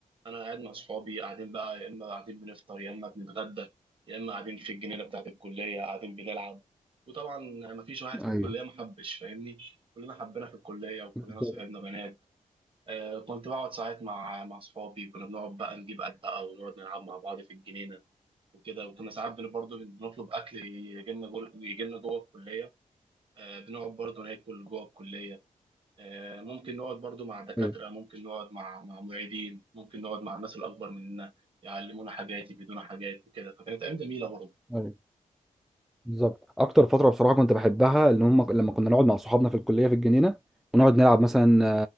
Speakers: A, on the right (about 40°); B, in the centre.
A: انا قاعد مع اصحابي قاعدين بقى يا اما قاعدين بنفطر يا اما بنتغدى يا اما قاعدين في الجنينه بتاعت الكليه قاعدين بنلعب وطبعا ما فيش واحد في
B: ايوه
A: الكليه ما حبش فاهمني كلنا حبينا في الكليه وكلنا
B: بالظبط
A: صاحبنا بنات آه كنت بقعد ساعات مع مع اصحابي كنا بنقعد بقى نجيب اكل بقى ونقعد نلعب مع بعض في الجنينه وكده وكنا ساعات بن- برضه بنطلب اكل يجي لنا جوه يجي لنا جوه الكليه آه بنقعد برضه ناكل جوه الكليه آه، ممكن نقعد برضو مع دكاترة
B: ايوه
A: ممكن نقعد مع مع معيدين ممكن نقعد مع الناس الأكبر مننا يعلمونا حاجات يفيدونا حاجات وكده فكانت أيام جميلة برضو
B: ايوه بالظبط اكتر فتره بصراحه كنت بحبها اللي هم لما كنا نقعد مع صحابنا في الكليه في الجنينه ونقعد نلعب مثلا